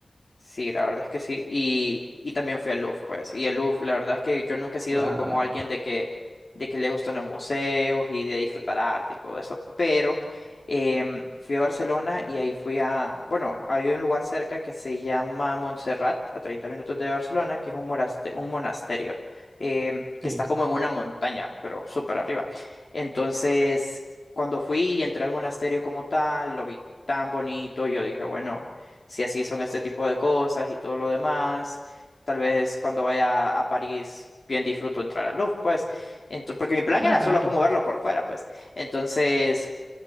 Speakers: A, on the left (about 65°); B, on the right (about 35°).
A: Sí, la verdad es que sí. Y, y también fui al Louvre, pues. Y el Louvre, la verdad es que yo nunca he sido
B: Claro,
A: como alguien de que, de que le gustan los museos y de disfrutar arte y todo eso. Pero em, fui a Barcelona y ahí fui a, bueno, hay un lugar cerca que se llama Montserrat, a 30 minutos de Barcelona, que es un, moraste- un monasterio em, que
B: sí,
A: está como en una montaña, pero súper arriba. Entonces, cuando fui y entré al monasterio como tal, lo vi tan bonito, yo dije, bueno si así son este tipo de cosas y todo lo demás. Tal vez cuando vaya a París bien disfruto entrar a Louvre, pues. Ento- porque mi plan
B: claro.
A: era solo como verlo por fuera, pues. Entonces,